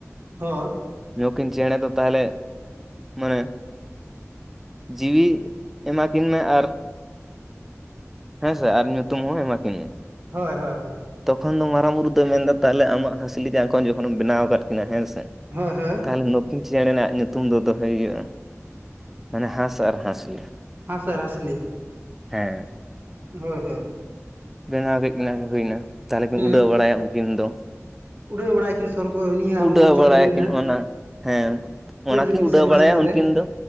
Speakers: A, on the right; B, in the centre.
A: ᱦᱚᱸ᱾
B: ᱱᱩᱠᱤᱱ ᱪᱮᱸᱬᱮ ᱫᱚ ᱛᱟᱦᱮᱞᱮ ᱢᱟᱱᱮ ᱡᱤᱣᱤ ᱮᱢᱟᱠᱤᱱ ᱢᱮ ᱟᱨ ᱦᱮᱸᱥᱮ ᱟᱨ ᱧᱩᱛᱩᱢ ᱦᱚᱸ ᱮᱢᱟ ᱠᱤᱱ ᱢᱮ ᱾
A: ᱦᱳᱭ ᱦᱳᱭ ᱦᱳᱭ ᱾
B: ᱛᱚᱠᱷᱚᱱ ᱫᱚ ᱢᱟᱨᱟᱝ ᱵᱩᱨᱩ ᱫᱚᱭ ᱢᱮᱱ ᱮᱫᱟ ᱛᱟᱦᱮᱞᱮ, ᱟᱢᱟᱜ ᱦᱟᱸᱥᱞᱤ ᱡᱟᱸᱝ ᱠᱷᱚᱱ ᱡᱚᱠᱷᱚᱱᱮᱢ ᱵᱮᱱᱟᱣ ᱠᱟᱫ ᱠᱤᱱᱟ ᱦᱮᱸ ᱥᱮ
A: ᱦᱳ ᱦᱳ᱾
B: ᱛᱟᱦᱮᱞᱮ ᱱᱩᱠᱤᱱ ᱪᱮᱸᱬᱮᱱᱟᱜ ᱧᱩᱛᱩᱢ ᱫᱚ ᱫᱚᱦᱚᱭ ᱦᱩᱭᱩᱜᱼᱟ ᱢᱟᱱᱮ - ᱦᱟᱸᱥ ᱟᱨ ᱦᱟᱸᱥᱞᱤ ᱾
A: ᱦᱟᱸᱥ‌ ᱟᱨ ᱦᱟᱸᱥᱞᱤ?
B: ᱦᱮᱸ᱾
A: ᱦᱳᱭ ᱦᱳᱭ᱾
B: ᱵᱮᱱᱟᱣ ᱠᱮᱫ ᱠᱤᱱᱟᱹ ᱦᱩᱭᱱᱟ ᱛᱟᱦᱚᱞᱮ ᱠᱤᱱ
A: ᱦᱩᱸ
B: ᱩᱰᱟᱹᱣ ᱵᱟᱲᱟᱭᱟ ᱩᱱᱠᱤᱱ ᱫᱚ
A: ᱩᱰᱟᱹᱣ ᱵᱟᱲᱟᱭᱟᱠᱤᱱ
B: ᱾
A: ᱥᱚᱨᱜᱚ ᱱᱤᱭᱟᱹ ᱟᱵᱚ
B: ᱩᱰᱟᱹᱣ
A: ᱢᱚᱧᱪᱚᱯᱩᱨᱤ
B: ᱵᱟᱲᱟᱭᱟ
A: ᱨᱮᱱᱟᱜ
B: ᱠᱤᱱ ᱚᱱᱟ, ᱦᱮᱸ ᱾
A: ᱯᱩᱸᱰ
B: ᱚᱱᱟᱠᱤ
A: ᱨᱤᱢᱤᱞ
B: ᱩᱰᱟᱹᱣ
A: ᱥᱮᱨᱢᱟ
B: ᱵᱟᱲᱟᱭᱟ
A: ᱪᱮᱛᱟᱱ ᱨᱮ
B: ᱩᱱᱠᱤᱱ ᱫᱚ,